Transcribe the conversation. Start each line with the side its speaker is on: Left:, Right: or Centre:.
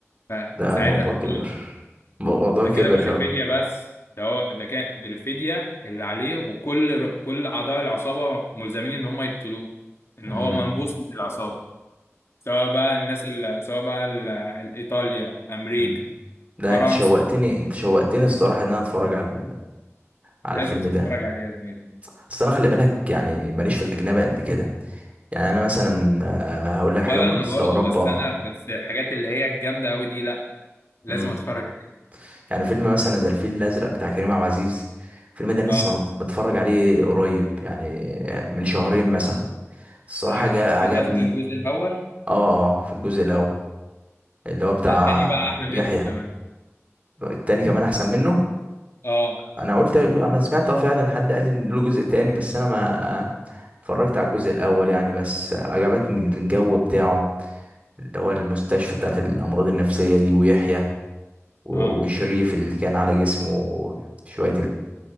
Left: فساعتها
Right: ده الموضوع كبير
Left: آه،
Right: الموضوع
Left: ده
Right: كبير
Left: كده مش الفدية
Right: أوي
Left: بس ده هو ده كان الفدية اللي عليه وكل ر- كل أعضاء العصابة ملزمين إن هم يقتلوه إن
Right: مم.
Left: هو منبوذ من العصابة سواء بقى الناس ال- سواء بقى ال- إيطاليا أمريكا
Right: مم. ده
Left: فرنسا
Right: أنت شوقتني أنت شوقتني الصراحة إن أنا أتفرج على على
Left: لازم
Right: الفيلم
Left: تتفرج
Right: ده
Left: عليها زميلي
Right: بس أنا خلي بالك يعني ماليش في الأجنبي قد كده يعني أنا مثلا آه، هقول لك
Left: ولا
Right: حاجة ممكن
Left: انا
Right: تستغربها
Left: برضو بس انا بس الحاجات اللي هي الجامده قوي دي لا لازم
Right: مم.
Left: اتفرج عليها
Right: يعني فيلم مثلا زي الفيل الأزرق بتاع كريم عبد العزيز الفيلم ده لسه
Left: اه
Right: مت- متفرج عليه قريب يعني من شهرين مثلا الصراحة
Left: الفيل
Right: جا- عجبني
Left: الازرق الجزء الاول
Right: اه اه في الجزء الأول اللي هو بتاع
Left: ده التاني بقى احلى
Right: يحيى
Left: منه كمان
Right: التاني كمان احسن منه
Left: اه
Right: انا قلت انا سمعت اه فعلا حد قال لي ان له جزء تاني بس انا ما اتفرجت على الجزء الاول يعني بس عجبتني الجو بتاعه اللي هو المستشفى بتاعت الامراض النفسية دي ويحيى و-
Left: اه
Right: وشريف اللي كان على جسمه شوية